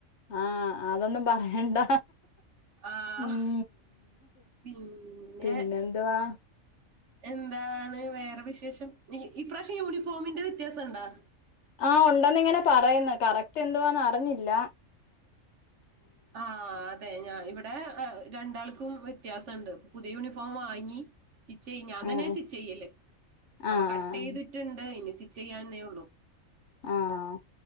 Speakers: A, on the left; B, on the right.
A: ആഹ് അതൊന്നും പറയണ്ട
B: ആഹ്
A: ഉം
B: പിന്നെ
A: പിന്നെന്തവാ
B: എന്താണ് വേറെ വിശേഷം ഇപ്രാവശ്യം യൂണിഫോമിന്റെ വ്യത്യാസം എന്താ
A: ആഹ് ഉണ്ടെന്നിങ്ങനെ പറയുന്ന കറക്റ്റ് എന്തുവാന്ന് അറിഞ്ഞില്ല
B: ആ അതെ ഞാൻ ഇവിടെ രണ്ടാൾക്കും വ്യത്യാസം ഉണ്ട് പുതിയ യൂണിഫോം വാങ്ങി സ്റ്റിച്ച് ചെയ ഞാൻ
A: ആഹ്
B: തന്നെ
A: ആഹ്
B: സ്റ്റിച്ച് ചെയ്യല് അപ്പൊ
A: ആഹ്
B: കട്ട് ചെയ്തിട്ടുണ്ട് ഇനി സ്റ്റിച്ച് ചെയ്യന്നേ ഉള്ളൂ
A: ആഹ്